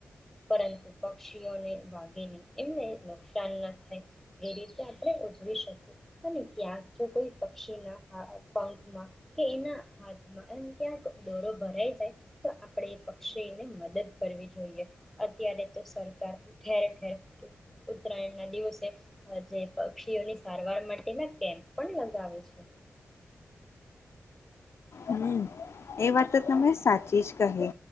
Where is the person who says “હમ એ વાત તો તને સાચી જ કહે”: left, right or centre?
Left